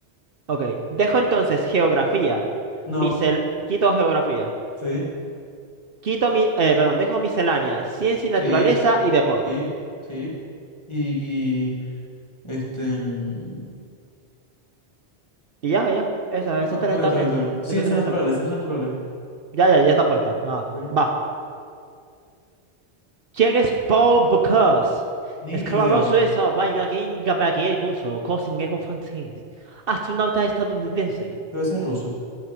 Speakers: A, on the right; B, on the left.
A: ok. Dejo entonces geografía.
B: No.
A: Misel, quito geografía.
B: Sí.
A: Quito mi, eh, perdón, dejo miscelánea, ciencia y naturaleza
B: Sí.
A: y deporte.
B: Sí. Sí. Y este. mm,
A: Y ya, ya. Esas, esas
B: Bueno,
A: tres
B: todo bien,
A: también.
B: todo bien, todo bien. Ciencias
A: Esas tres
B: naturales,
A: también.
B: ciencias naturales.
A: Ya, ya, ya está puesta. Ah,
B: Ok.
A: va. ¿Quién es Paul Bocuse?
B: Ni
A: Escalador
B: idea.
A: suizo, vaya ginga que guso, cosingego francés. Astronauta estadounidense.
B: Debe ser ruso.